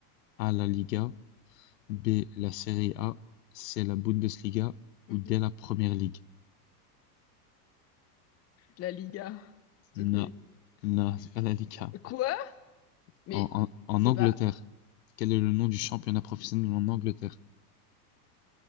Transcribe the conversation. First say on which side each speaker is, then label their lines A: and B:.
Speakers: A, on the left (about 85°); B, on the left (about 30°).
A: A la Liga, B. La Serie A, c'est la Bundesliga
B: Mhm.
A: ou dès la Premier League.
B: La Liga, s'il
A: Na,
B: te plaît.
A: na, Scalavica.
B: Quoi? Mais
A: En, en, en
B: c'est
A: Angleterre,
B: pas.
A: quel est le nom du championnat professionnel en Angleterre?